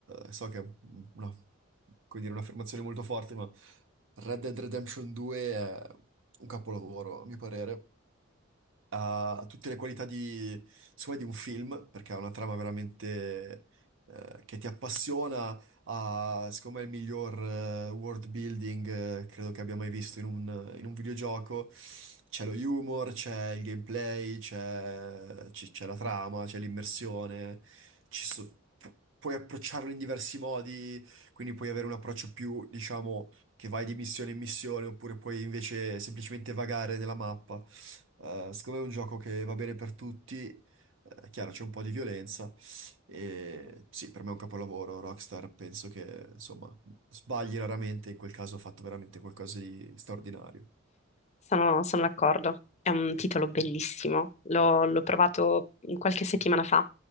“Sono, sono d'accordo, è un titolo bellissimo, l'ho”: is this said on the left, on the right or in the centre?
Left